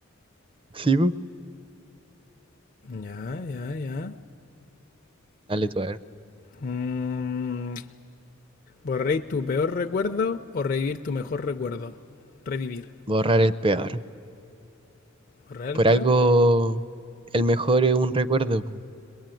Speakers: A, on the right; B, on the left.
A: Sí, po.
B: Ya, ya, ya.
A: Dale tú a ver.
B: Mm, ¿Borréis tu peor recuerdo o revivir tu mejor recuerdo? Revivir.
A: Borrar el peor.
B: ¿Borrar el
A: Por
B: peor?
A: algo, el mejor es un recuerdo, po.